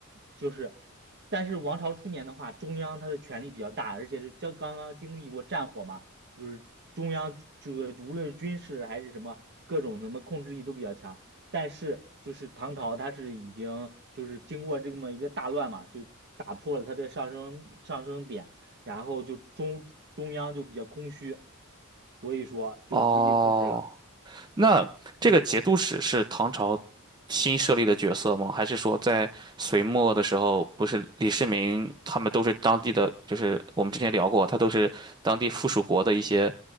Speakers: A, on the right; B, on the right.
A: 就是。但是王朝初年的话，中央它的权力比较大，而且是刚刚刚经历过战火嘛，就是中央这个无论是军事还是什么各种什么控制力都比较强。但是就是唐朝，它是已经就是经过这么一个大乱嘛，就打破了它的上升上升点，然后就中中央就比较空虚，所以说就无力控制了。
B: 哦，那这个节度使是唐朝
A: 嗯，
B: 新设立的角色吗？还是说在隋末的时候，不是李世民他们都是当地的，就是我们之前聊过，他都是当地附属国的一些。